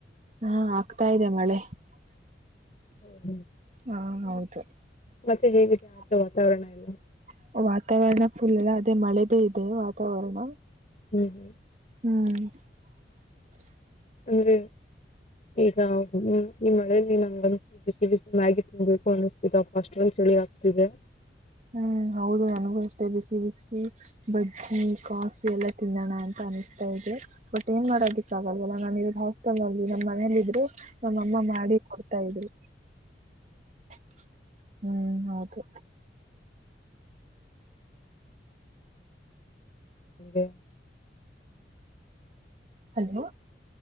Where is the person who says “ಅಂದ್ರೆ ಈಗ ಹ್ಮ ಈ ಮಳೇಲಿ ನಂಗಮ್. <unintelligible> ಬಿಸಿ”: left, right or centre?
Left